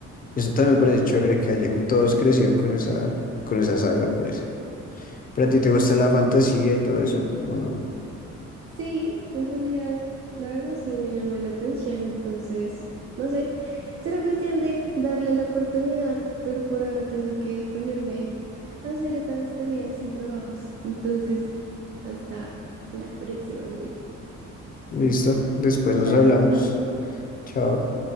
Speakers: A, on the left; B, on the right.
A: Y eso también me parece chévere que hayan todos crecido con esa, con esa saga, pues. ¿Pero a ti te gusta la fantasía y todo eso? ¿O no?
B: Sí, en realidad, la verdad sí me llama la atención, entonces, no sé, será cuestión de darle la oportunidad, pero por ahora tengo que ponerme a hacer otras tareas y trabajos. Entonces, hasta la próxima, amiga.
A: Listo, después
B: Chao.
A: nos hablamos. Chao.